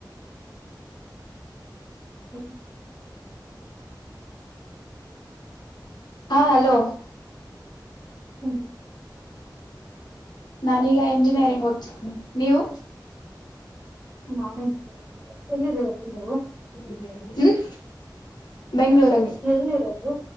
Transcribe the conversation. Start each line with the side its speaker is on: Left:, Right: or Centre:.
Right: ಹ್ಮ
Left: ಹಾ ಹಲೋ
Right: ಹ್ಮ
Left: ನಾನೀಗ ಎಂಜಿನಿಯರಿಂಗ್ ಓದ್ತಿದ್ದೀನಿ ನೀವು
Right: ನಾನ ಎಲ್ಲಿದ್ದೀರದು ನೀವು
Left: ಹ್ಮ್ ಬೆಂಗಗಳೂರಲ್ಲಿ
Right: ಎಲ್ಲಿರೋದು